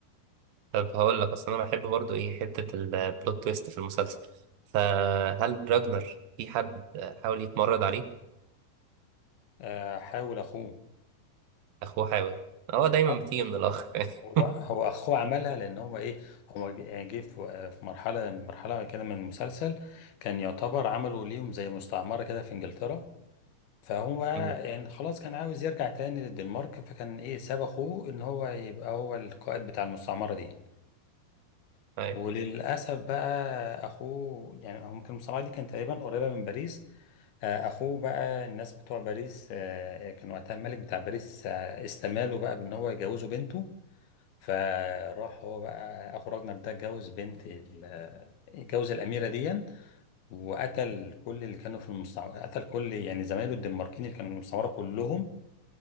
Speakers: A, on the right; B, on the left.
A: طب هقول لك أصل أنا بحب برضه إيه حتة البلوت تويست في المسلسل فهل راجنر في حد حاول يتمرد عليه؟
B: آه، حاول أخوه
A: اخوه حاول هو دايما
B: آه.
A: بتيجي من الاخ <laughs>
B: هو هو أخوه عملها لأن هو إيه هو جه جه في في مرحلة مرحلة كده من المسلسل كان يعتبر عملوا ليهم زي مستعمرة كده في إنجلترا فهو
A: أمم،
B: يعني خلاص كان عاوز يرجع تاني للدنمارك فكان ايه ساب اخوه ان هو يبقى هو القائد بتاع المستعمرة دي
A: أيوة.
B: وللأسف بقى اخوه يعني هو كان المستعمرة دي كانت تقريبا قريبة من باريس آه، اخوه بقى الناس بتوع باريس آه، يعني كان وقتها الملك بتاع باريس آه، استماله بقى بان هو يجوزه بنته فراح هو بقى اخو راجنر ده اتجوز بنت ال- آه، اتجوز الاميره دي وقتل كل اللي كانوا في المستعمره قتل كل يعني زمايله الدنماركيين اللي كانوا في المستعمره كلهم